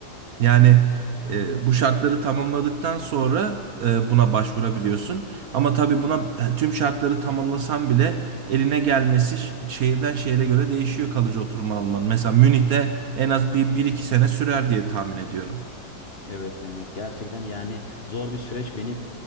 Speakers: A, on the right; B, on the left.
A: Yani e, bu şartları tamamladıktan sonra e, buna başvurabiliyorsun. Ama tabii buna e, tüm şartları tamamlasan bile eline gelmesi ş- şehirden şehire göre değişiyor kalıcı oturma alman. Mesela Münih'te en az bir, bir iki sene sürer diye tahmin ediyorum.
B: Evet Mehmet gerçekten yani zor bir süreç beni